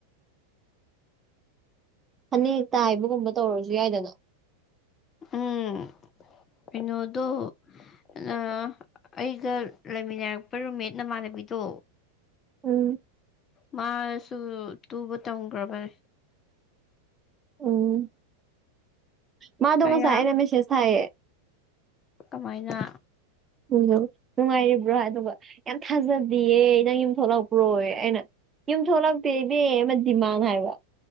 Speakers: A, on the right; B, on the left.
A: ꯐꯅꯦꯛ ꯇꯥꯏꯕꯒꯨꯝꯕ ꯇꯧꯔꯁꯨ ꯌꯥꯏꯗꯅ
B: ꯎꯝ ꯏꯩꯅꯣꯗꯣ ꯑꯥ ꯑꯩꯒ ꯂꯩꯃꯤꯟꯅꯔꯛꯄ ꯔꯨꯝꯃꯦꯠ ꯅꯃꯥꯟꯅꯕꯤꯗꯣ
A: ꯎꯝ
B: ꯃꯥꯁꯨ ꯇꯨꯕ ꯇꯝꯒꯔꯥꯕꯅꯦ
A: ꯎꯝ ꯃꯥꯥꯗꯣ
B: ꯀꯌꯥ
A: ꯉꯁꯥꯏ ꯑꯩꯅ ꯃꯦꯁꯦꯁ ꯊꯥꯏꯌꯦ
B: ꯀꯃꯥꯏꯅ
A: ꯎ ꯅꯨꯡꯉꯥꯏꯔꯤꯕ꯭ꯔꯣ ꯑꯗꯨꯒ ꯌꯥꯝ ꯊꯥꯖꯗꯤꯌꯦ ꯅꯪ ꯌꯨꯝ ꯊꯣꯛꯂꯛꯄ꯭ꯔꯣꯌꯦ ꯑꯩꯅ ꯌꯨꯝ ꯊꯣꯛꯂꯛꯇꯦ ꯏꯕꯦ ꯑꯃ ꯗꯤꯃꯥꯟ ꯍꯥꯏꯕ